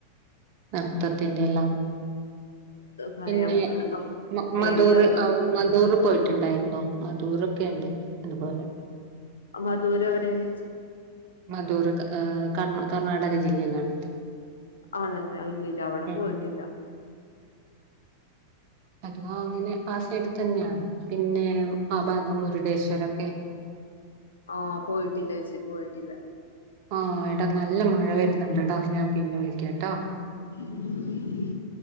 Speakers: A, on the right; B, on the left.
A: നൃത്തത്തിന്റെ എല്ലാം.
B: ഭയം
A: പിന്നെ
B: നമുക്ക്
A: മധൂർ
B: ദേവിയാണല്ലോ
A: ഔ മദൂർ പോയിട്ട്ണ്ടായിര്ന്നൊ മദൂറോക്കെണ്ട് അതുപോലെ.
B: മധൂര് എവിടെണെചി
A: മധൂർ ക കർ കർണാടക ജില്ലയിലാണത്.
B: ആണെല്ലെ. അ ഇല്ലില്ല അവിടെ
A: ഉം
B: പോയിട്ടില്ല.
A: അതവാ അങ്ങനെ. ആസൈഡ് തന്നെയാണ്. പിന്നെ ആഭാഗം മുരുടേശ്വരൊക്കെ
B: ആഹ് പോയിട്ടില്ലേച്ചി പോയിട്ടില്ല.
A: ആഹ് എട നല്ല മഴ വരുന്നുണ്ടടാ. ഞാൻ പിന്നെ വിളിക്കാട്ടാ.
B: <inaudible>